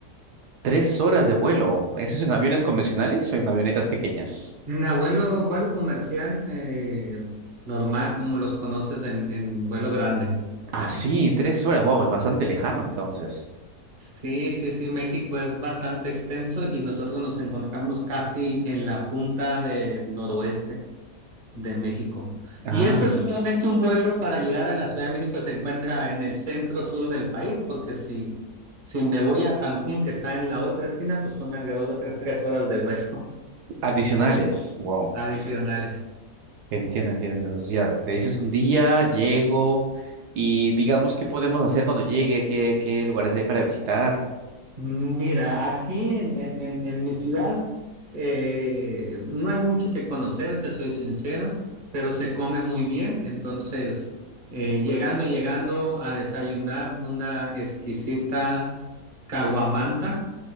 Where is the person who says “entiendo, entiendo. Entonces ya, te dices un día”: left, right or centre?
Right